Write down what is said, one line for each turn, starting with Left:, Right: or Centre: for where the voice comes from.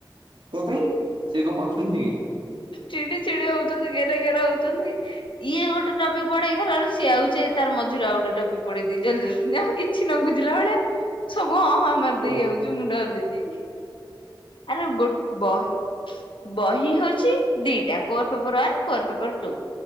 Right: କ ପାଇଁ ସିଏ କଣ କରଚନ୍ତି କି?
Left: ଚିଡି ଚିଡି ହୋଉଚନ୍ତି। ଗେରେ ଗେରେ ହୋଉଚନ୍ତି। ଇଏ ଗୋଟେ ଟପିକ ପଢେଇକି ଗଲାବେଳୁ ସିଏ ଆଉଚି ଏ ତାର ମଝିରୁ ଆଉ ଗୋଟେ ଟପିକ ପଢେଇ ଦେଇ ଚାଲିଯାଉଚନ୍ତି ଆମେ କିଛି ନ ବୁଝିଲା ଭଳିଆ ସ ବୁ ହଁ ହାଁ ମାରିଦେଇକି
Right: ଓ
Left: ଆଉଚୁ ମୁଁଣ୍ଡ ହଲେଇ ଦେଇକି। ଆରେ ଗୋ ବହି ବହି ବି ହୋଉଚି। ଦିଇଟା core paper one core paper two.